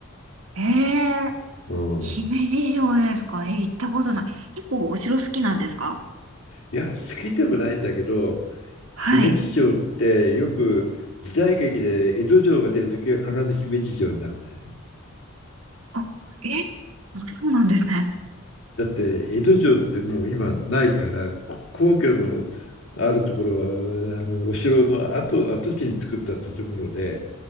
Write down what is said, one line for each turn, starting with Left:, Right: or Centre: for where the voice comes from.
Right: ええ
Left: うん
Right: 姫路城ですかえ、行ったことない。結構お城好きなんですか
Left: いや、好きでもないんだけど、姫路城ってよく時代劇で江戸城が出るときは必ず姫路城になるんだよ。
Right: はい。あ、えあ、そうなんですね。
Left: だって江戸城ってもう今ないから、こ皇居のあるところはあのお城の跡、跡地に作った建物で、